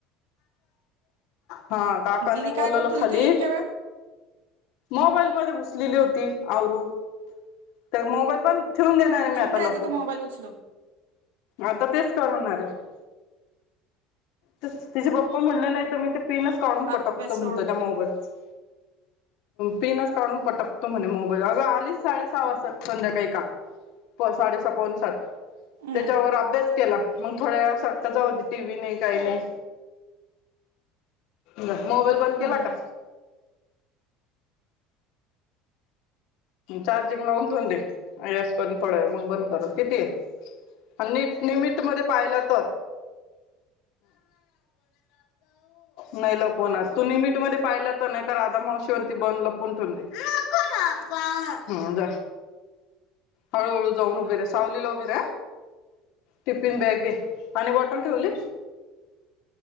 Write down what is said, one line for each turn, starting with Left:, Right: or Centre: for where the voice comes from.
Left: हा काकनी
Right: दिदी
Left: बोलावलं
Right: काय करत होती
Left: खाली-
Right: तू इतक्या वेळ
Left: मोबाईलमध्ये घुसलेली होती आवरून तर मोबाईल बंद- ठेवून देणार आहे मी
Right: ठेवून
Left: आता
Right: द्यायचा
Left: लपून-
Right: तो मोबाईल उचलून
Left: आता तेच करणार आहे- त तिचे पप्पा म्हणलं नाही तर मी ते- पिनस काढून पटकतो
Right: अभ्यास
Left: म्हणत
Right: सोडून
Left: त्या मोबाईल- पिनाच- काढून पटकतो म्हणे मोबाईल अग आली साडे सहा वाजता संध्याकाळी काल प साडेस पाऊून सात
Right: हम्म
Left: ते च रबस केला मग थोड्या वाटतं जाऊती टी व्ही नाही काही नाही जा मोबाईल बंद केला
Right: हम्म
Left: का चार्जिंग लावून थून देस पर्यंत थोड मग बंद करून किती आहे निमिट मध्ये पाहिला तर नाही लपवणार तू निमिट मध्ये पाहिला तर नाही तर आधा मावशीवरी बंद लपून ठथून दे हम् जा हळूहळू जाऊन उभी रे सावलीला उभी रे टिफिन बॅग घे पाणी बॉटल ठेवली